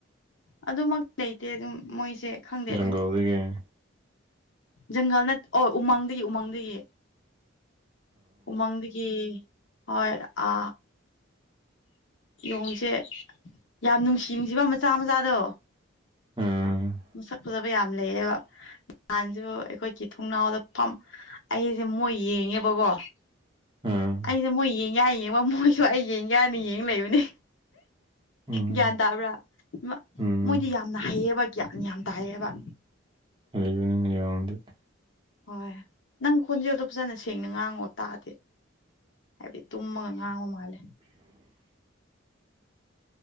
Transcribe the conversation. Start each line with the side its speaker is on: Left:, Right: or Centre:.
Left: ꯑꯗꯨꯃꯛ ꯂꯩꯇꯦ ꯑꯗꯨꯝ ꯃꯣꯏꯁꯦ ꯈꯪꯗꯦ
Right: ꯖꯪꯒꯜ
Left: ꯑꯗꯨꯝ
Right: <unintelligible>
Left: ꯖꯪꯒꯜ ꯅꯠꯇ ꯑꯣ ꯎꯃꯪꯗꯒꯤ ꯎꯃꯪꯗꯒꯤ ꯎꯃꯪꯗꯒꯤ ꯍꯣꯏ ꯑ ꯌ‌ꯣꯡꯁꯦ ꯌꯥꯝ ꯅꯨꯡꯁꯤ ꯅꯨꯡꯁꯤꯕ ꯃꯆꯥ ꯃꯆꯥꯗꯣ
Right: ꯎꯝ
Left: ꯃꯁꯛ ꯐꯖꯕ ꯌꯥꯝ ꯂꯩꯌꯦꯕ ꯅꯍꯥꯟꯁꯨ ꯑꯩꯈꯣꯏꯒꯤ ꯊꯣꯡꯅꯥꯎꯗ ꯐꯝ ꯑꯩꯁꯦ ꯃꯣꯏ ꯌꯦꯡꯉꯦꯕꯀꯣ
Right: ꯑꯥ
Left: ꯑꯩꯅ ꯃꯣꯏ ꯌꯦꯡꯒ‌ꯦ ꯍꯥꯏ ꯌꯦꯡꯕ ꯃꯣꯏꯁꯨ ꯑꯩ ꯌꯦꯡꯒ‌ꯦ ꯍꯥꯏꯅ ꯌꯦꯡ ꯂꯩꯕꯅꯦ
Right: ꯎꯝ
Left: ꯒ꯭ꯌꯥꯟ ꯇꯥꯕ꯭ꯔꯥ ꯑꯃ
Right: ꯎꯝ
Left: ꯃꯣꯏꯗꯤ ꯌꯥꯝꯅ ꯍꯩꯌꯦꯕ ꯒ꯭ꯌꯥꯟ ꯌꯥꯝ ꯇꯥꯏꯑꯦꯕ
Right: <unintelligible>
Left: ꯍꯣꯏ ꯅꯪ ꯈꯣꯟꯖꯦꯜꯗꯣ ꯐꯖꯅ ꯁꯦꯡꯅ ꯉꯥꯡꯉꯣ ꯇꯥꯗ‌ꯦ ꯍꯥꯏꯕꯗꯤ ꯇꯨꯝꯃꯒ ꯉꯥꯡꯕ ꯃꯥꯜꯂꯦ